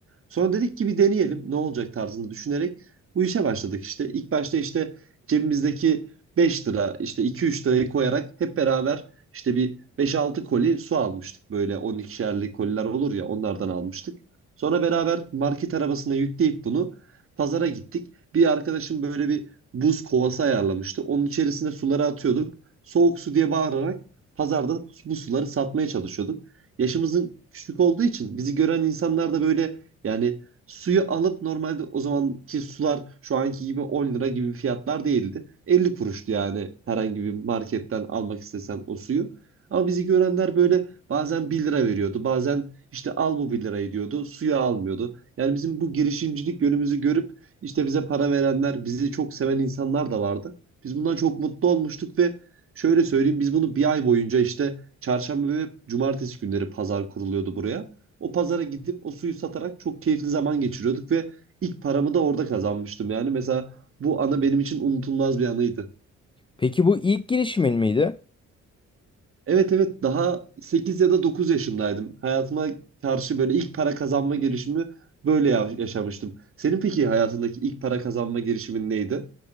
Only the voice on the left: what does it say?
Peki bu ilk girişimin miydi?